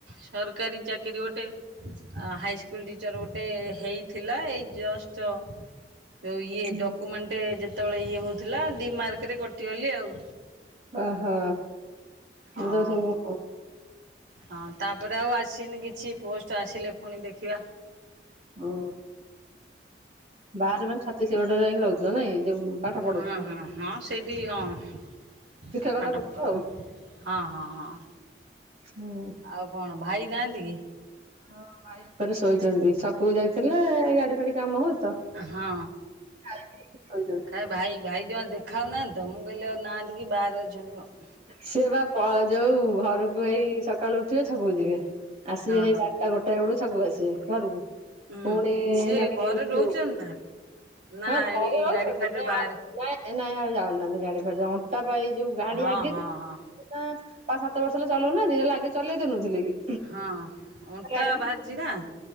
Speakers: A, on the right (about 85°); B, on the right (about 40°).
A: ସରକାରୀ ଚାକିରି ଗୋଟେ ହାଇ ସ୍କୁଲ ଟିଚର ଗୋଟେ ହେଇଥିଲା ଏଇ ଜଷ୍ଟ। ଯୋଉ ଇଏ
B: ହୁଁ।
A: ଡକୁମେଣ୍ଟ ଯେତେବେଳେ ଇଏ ହଉଥିଲା ଦି ମାର୍କ ରେ କଟିଗଲି ଆଉ।
B: ଓହୋ
A: ହଁ
B: <unintelligible> ସବୁ
A: ହଁ ତାପରେ ଆଉ ଆସିନି କିଛି ପୋଷ୍ଟ ଆସିଲେ ପୁଣି ଦେଖିବା।
B: ଓ ବାହାରେ ମାନେ ଛତିଶଗଡ଼ରେ ଯାଇ ରହୁଥିବ ନାଇଁ ଯୋଉ ପାଠ ପଢୁ
A: ହଁ ହଁ ହଁ ସେଇଠି ହଁ।
B: ଶିକ୍ଷକତା କରୁଛୁ ଆଉ
A: ହଁ ହଁ ହଁ।
B: ହୁଁ
A: ଆଉ କଣ ଭାଇ ନାହାନ୍ତି କି?
B: ହଁ ଭାଇ ଉପରେ ଶୋଇଛନ୍ତି, ଛକକୁ ଯାଇଥିଲେ ଗାଡି ଫାଡି କାମ ହଉଚି ତ।
A: ହଁ
B: ଖାଇକି ଶୋଇଛନ୍ତି।
A: କାଏ ଭାଇ ଭାଇ ଜମା ଦେଖାହଉନାହାନ୍ତି ତ ମୁଁ କଇଲି ଆଉ ନାହାନ୍ତି କି ବାହାରେ ଅଛନ୍ତି କଣ।
B: ସିଏ ବା ପ ଯଉ ଘରକୁ ହେଇ ସକାଳୁ ଉଠିବେ ଛକକୁ ଯିବେ ଆସିବେ
A: ହଁ
B: ହେଇ ବା ଟା ଗୋଟାଏ ବେଳୁକୁ ଛକକୁୁ ଆସିବେ ଘରକୁ
A: ହୁଁ
B: ପୁଣି
A: ସିଏ
B: ଏଇନା କେ
A: ଘରେ
B: ଉଠି
A: ରହୁଛନ୍ତି ନା? ନା
B: ହଁ ଘରେ
A: ଏଇ
B: ରହୁଛନ୍ତି
A: ଗାଡି ଫାଡିରେ
B: ନାଇଁ
A: ବାହାରେ
B: ଆଉ ନାଁ ଏ ନାଇଁ ଆଉ ଯାଉନାହାନ୍ତି ଗାଡି ଫାଡି ଅଣ୍ଟା ପା ଏ ଯୋଉ ଗାଡି
A: ହଁ
B: ଆଗ
A: ହଁ ହଁ
B: ପାଆ ସାତ ବର୍ଷ ହେଲା ଚଲଉ ନାହାନ୍ତି ହେଲେ ଆଗେ ଚଲେଇ ଦୋଉନଥିଲେ କି।
A: ହଁ ଅଣ୍ଟା
B: ଗାଡି ବି
A: ବାହାରିଛି ନା।